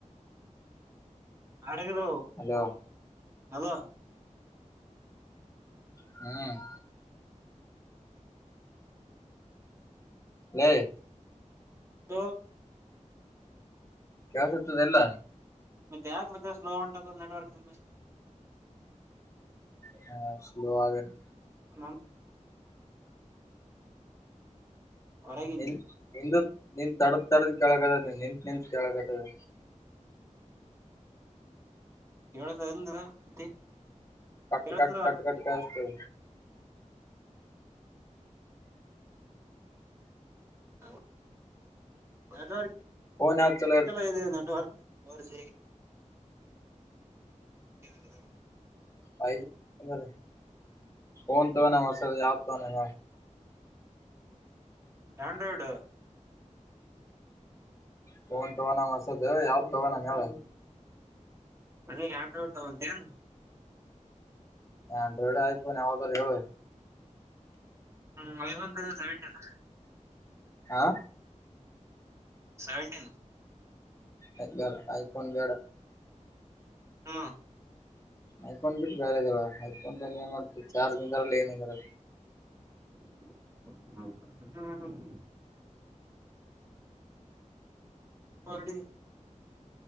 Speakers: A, on the right; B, on the left.
A: ಅಡಗದು
B: ಹಲೋ
A: ಅಲ
B: ಹ್ಮ್ ನ
A: ಹ
B: ಕೆಲಸತದೆ ಎಲ್ಲ
A: ಮ ಯಾಕ ಮತ್ತ ಸ್ಲೋ ಉಂದ ನೆಟ್ವರ್ಕ್ ಕಿಂದ
B: ಹಾ ಸ್ಲೋದನ್
A: ನ ಹೊರಗಿಂದ
B: ನಿ ನಿ ತಡದ ತಡದ ಕೆಳಕ್ತದ ನಿತ್ ನಿತ್ ಕೆೇಳಕ್ತದೆ
A: ಕೇಳ್ತ ಎಂದ ಮತ್ತಿ
B: ಕಟ್
A: ಕೇಳ್ತದ
B: ಕಟ್ ಕಟ್ ಕಟ್ ಕೇಳಸ್ತದ
A: ಹ ನೆಟ್ವರ್ಕ್
B: ಫೋನ್ ಯಾವ್ದ್ ಚಲೋ
A: <unintelligible> network four G <unintelligible>
B: five G phone ತೊಗೊ ಮಸಅದು ಯಾವು ತಗೋಣ
A: ಆಂಡ್ರಾಯ್ಡ್
B: ಪೋನ್ ತಗೋಣ ಹೊಸದು ಯಾವ್ದ ತಗೋಣಮ ಹೇಳು
A: ಅದೇ ಆಂಡ್ರಾಯ್ಡ್ ತಗೋಟೆಯ ಏನು
B: ಆಂಡ್ರಾಯ್ಡ್ ಐಫೋನ್ ಯಾವ್ದ್ರೂ ಹೇಳು
A: ಹ್ಮ್ ಐಫೋನ್ ತಗೋ ಸೆವೆಂಟಿನ್
B: ಹಾ
A: ಸೆವೆಂಟೀನ್
B: ಅದು ಬೇಡ ಐಫೋನ್ ಬೇಡ
A: ಹ್ಮ್
B: ಐಫೋನ್ ಬಿಟ್ಟು ಬೇರೆ ಹೇಳ ಐಫೋನ್ ತಗೊಂಡು ಏನ್ ಮಾಡ್ತ ಚಾರ್ಜ್ ನಿಂದ ಇಲ್ಲ ಏನು ಇರಲ
A: <unintelligible> ಫೋರ್ ಡಿ